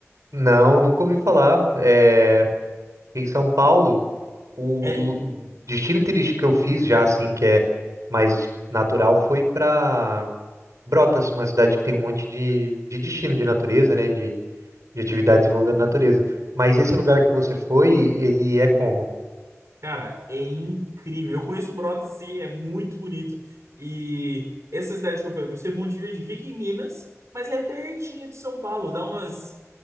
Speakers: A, on the right; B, on the right.
A: Não, nunca ouvi falar. É, em São Paulo, o,
B: É,
A: o o destino turístico que eu fiz já, assim, que é mais natural, foi para Brotas, uma cidade que tem um monte de, de destino de natureza, né? De, de atividades envolvendo natureza. Mas esse lugar que você foi, ele é como?
B: Cara, é incrível. Eu conheço Brota, sim, é muito bonito. E essa cidade que eu falei pra você, Monte Verde, fica em Minas, mas é pertinho de São Paulo. Dá umas